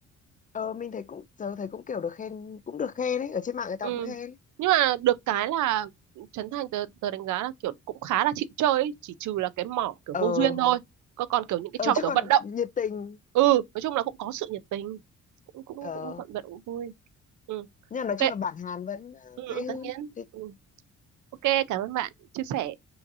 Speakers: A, on the left (about 25°); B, on the right (about 75°).
A: ờ mình thấy cũng giờ thấy cũng kiểu được khen cũng được khen ấy ở trên mạng người ta
B: Ừ.
A: cũng khen
B: Nhưng mà được cái là Trấn Thành tớ, tớ đánh giá là kiểu cũng khá là chịu chơi ấy. Chỉ trừ là cái mỏ kiểu
A: ờ
B: vô duyên thôi còn còn kiểu những cái
A: ờ
B: trò
A: chứ
B: kiểu
A: còn
B: vận động
A: nhiệt tình
B: ừ nói chung là cũng có sự nhiệt tình cũng cũng
A: ờ
B: cũng vận động cũng vui ừ
A: nhưng mà nói
B: ok
A: chung là bản Hàn vẫn ờ,
B: ừ,
A: hay
B: ừ,
A: hơn
B: tất nhiên
A: thế
B: ừ. ok cảm ơn bạn chia sẻ